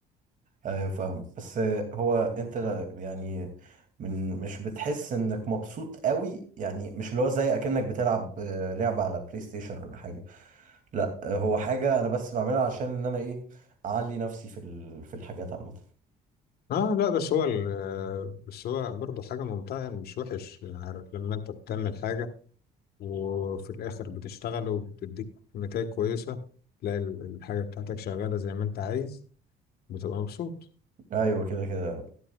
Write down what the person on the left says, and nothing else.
اه لا بس هو ال- آه، بس هو برضه حاجة ممتعة يعني مش وحش يعني عارف لما انت بتعمل حاجة وفي الآخر بتشتغل وبتديك نتائج كويسة تلاقي ال- الحاجة بتاعتك شغالة زي ما أنت عايز بتبقى مبسوط